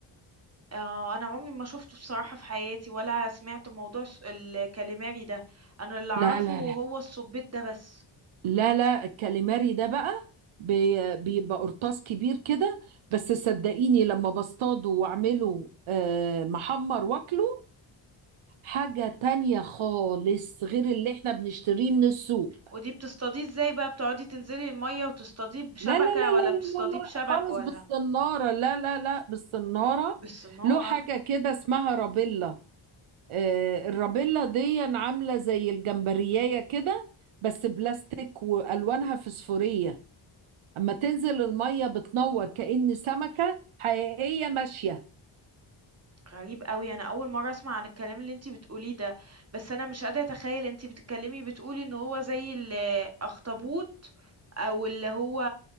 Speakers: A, on the right; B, on the right.
A: آه انا عمري ما شفته بصراحة في حياتي ولا سمعت موضوع الس- الكاليماري ده انا اللي اعرفه
B: لا لا
A: هو
B: لا
A: السبيت ده بس
B: لا لا الكاليماري ده بقى بي- بيبقى قرطاس كبير كده بس صدقيني لما بصطاده واعمله آه، محمر واكله حاجة تانية خالص غير اللي احنا بنشتريه من السوق
A: ودي بتصطاديه ازاي بقى بتقعدي تنزلي المية وتصطاديه بشبكة
B: لا لا لا
A: ولا
B: لا لا
A: بتصطاديه
B: لا لا
A: بشبك
B: خالص
A: ولا
B: بالصنارة لا لا لا بالصنارة
A: بالصنارة
B: له حاجة كده اسمها رابيلا آه الرابيلا دي عاملة زي الجمبرياية كده بس بلاستيك وألوانها فسفورية أما تنزل المية بتنور كأن سمكة حقيقية ماشية
A: غريب قوي انا اول مره اسمع عن الكلام اللي انتي بتقوليه ده بس انا مش قادره اتخيل انتي بتتكلمي بتقولي ان هو زي الاخطبوط او اللي هو